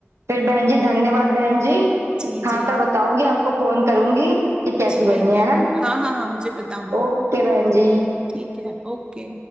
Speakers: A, on the right; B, on the right.
A: फिर बहन जी धन्यवाद बहन जी
B: जी
A: खाकर
B: जी
A: बताऊंगी आपको फोन करूंगी कि कैसी
B: ठीक
A: बनी है
B: है
A: ना
B: हाँ हाँ हाँ मुझे बताना
A: ओके बहन जी
B: ठीक है ओके